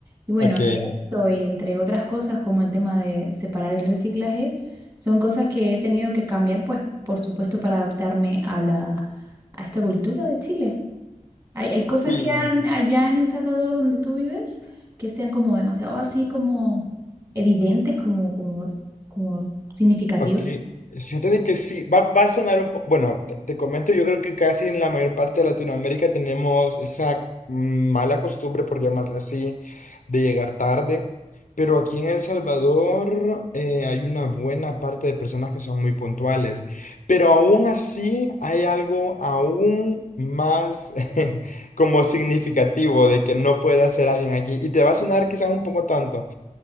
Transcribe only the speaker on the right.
Y bueno,
eso y entre otras cosas como el tema de separar el reciclaje, son cosas que he tenido que cambiar, pues por supuesto, para adaptarme a la, a esta cultura de Chile. Hay, hay cosas
que han allá en El Salvador donde tú vives que sean como demasiado así como evidentes, como, como, como significativas.